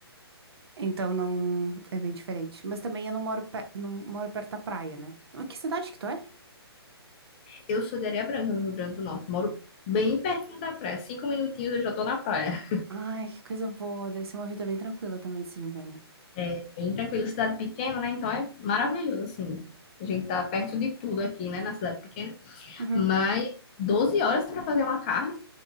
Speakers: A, on the right; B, on the left.
A: Então não é bem diferente. Mas também eu não moro, pe- não moro perto da praia, né? Mas Que cidade que tu é?
B: Eu sou de Areia Branca, no Rio Grande do Norte. Moro bem pertinho da praia. Cinco minutinhos eu já tô na praia.
A: Ai, que coisa boa. Deve ser uma vida bem tranquila também de se viver, né?
B: É bem tranquilo, cidade pequena, né? Então é maravilhoso, assim. A gente tá perto de tudo aqui, né? Na cidade pequena.
A: Uhum.
B: Mas 12 horas pra fazer uma carne?